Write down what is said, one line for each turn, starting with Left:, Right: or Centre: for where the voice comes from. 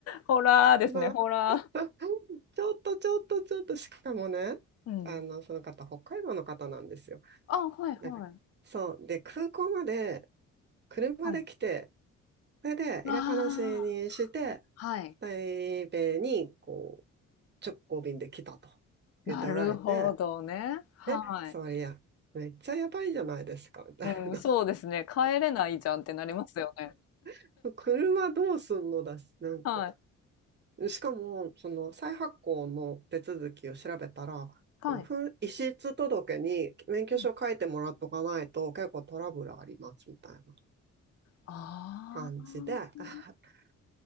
Left: ホラーですね、
Right: な、
Left: ホラ
Right: <laughs> ちょっとちょっとちょっと、しかもね、
Left: ー。うん。
Right: あの、その方、北海道の方なんですよ。
Left: あ、はいはい。
Right: でそう、で、空港まで車で来て、
Left: はい。
Right: それで入れっぱなしにして、
Left: ああ、はい。
Right: 台北にこ直行便で来たと言っておられて、
Left: なるほどね。はい。
Right: え、そりゃ、めっちゃやばいじゃないですか、みたいな
Left: うん、そうですね。帰れないじゃんってなりますよね。
Right: <laughs>。車どうすんのだし、なんか、
Left: はい。
Right: しかも、その再発行の手続きを調べたら、
Left: はい。
Right: あの遺失届に免許証書いてもらっとかないと結構トラブルありますみたいな
Left: うん。ああ。
Right: 感じで <laughs>、